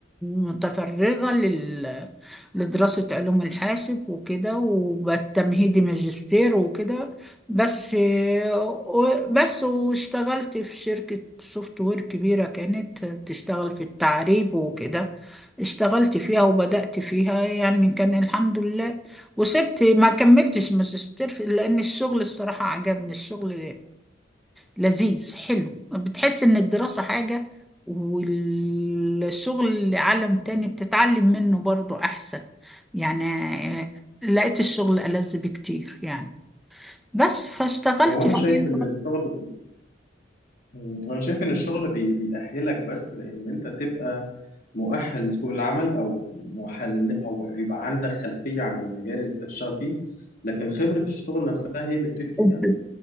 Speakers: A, in the centre; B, on the left.
A: متفرغة لل... لدراسة علوم الحاسب وكده وبالتمهيدي ماجستير وكده بس و- بس واشتغلت في شركة سوفت وير كبيرة كانت بتشتغل في التعريب وكده اشتغلت فيها وبدأت فيها يعني كان الحمد لله وسبت ما كملتش ماجستير لأن الشغل الصراحة عجبني الشغل لذيذ حلو بتحس إن الدراسة حاجة والشغل عالم تاني بتتعلم منه برضو أحسن يعني لقيت الشغل ألذ بكتير يعني بس فاشتغلت
B: هو انا
A: فيه
B: شايف ان الشغل مم، انا شايف ان الشغل بي... بيأهلك بس لان انت تبقى مؤهل لسوق العمل او مؤهل إن- او يبقى عندك خلفية عن المجال اللي انت تشتغل فيه لكن خبرة الشغل نفسها هي اللي بتفرق
A: لغاية
B: يعني